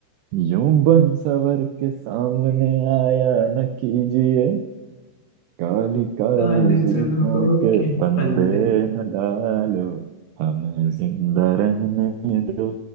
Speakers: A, on the right; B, on the left.
A: यूं बनसवर के सामने आया न कीजिए काली काली
B: काले
A: जुल्फों
B: जुल्फों
A: के
B: के फंदे
A: फंदे न डालो हमें जिंदा रहने दो